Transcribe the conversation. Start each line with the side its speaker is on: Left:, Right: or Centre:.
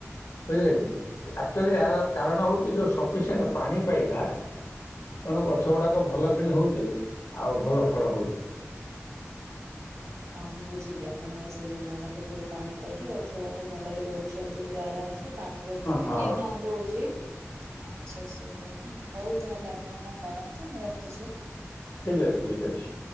Left: <unintelligible> କି? ଆକ୍ଚୁଆଲି ଏହାର କାରଣ ହଉଛି ଯଉ ସଫିସିଏଣ୍ଟ ପାଣି ପାଇଲା ତେଣୁ ଗଛ ଗୁଡ଼ାକ ଭଲ କିଣି ହଉଛି ଆଉ ଭଲ ଫଳ ହଉଛି।
Right: ହଁ ମୁଁ ବୁଝିଲି ଆପଣଙ୍କର ସେଇ ଯୋଉ ନଳକୂପରୁ ପାଣି ପାଇକି ଗଛ ଗୁରାକ ଭଲରେ ବଢ଼ୁଛନ୍ତି ପୁରା ଆରାମ ସେ ପାଣି ଯଦି ବି
Left: ହଁ
Right: କିଏ ନ ଦଉଛି ହଁ କିଛି ଅସୁବିଧା ନାହିଁ ହଉ ତାହେଲେ ଆପଣ କଣ କରନ୍ତୁ ମୁଁ ରଖୁଛି।
Left: ଠିକ୍ ଅଛି ଠିକ୍ ଅଛି।